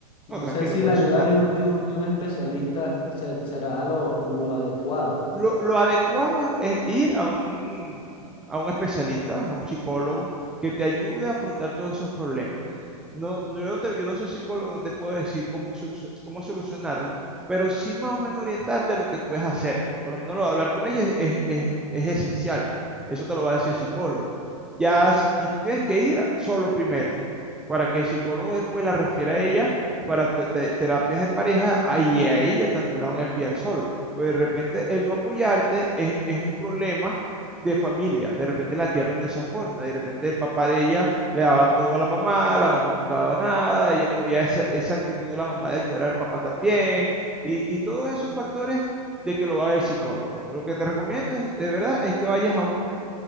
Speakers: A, on the left; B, in the centre.
A: no
B: No, tranquilo,
A: sé si la
B: por
A: ayuda
B: eso estamos,
A: de un,
B: hermano.
A: de un, de un especialista se- será lo, lo adecuado.
B: lo, lo adecuado es ir a un, a un especialista, a un psicólogo, que te ayude a afrontar todos esos problemas. No, no, yo, no te- yo no soy psicólogo, no te puedo decir cómo, solu- cómo solucionarlo, pero sí más o menos orientarte a lo que puedes hacer. Por lo menos lo de hablar con ella es, es- es- es esencial. Eso te lo va a decir el psicólogo. Ya, si- y tú tienes que ir solo primero, para que el psicólogo después la refiera a ella para pe- te- terapias de pareja, ahí a ella también la van a enviar sola. Pues de repente el no apoyarte es, es un problema de familia. De repente la criaron de esa forma. De repente el papá de ella le daba todo a la mamá, la mamá nunca daba nada, ella no veía esa, esa actitud de la mamá de ayudar al papá también. Y, y todos esos factores de que lo va a ver el psicólogo. Lo que te recomiendo es, de verdad es que vayas a un,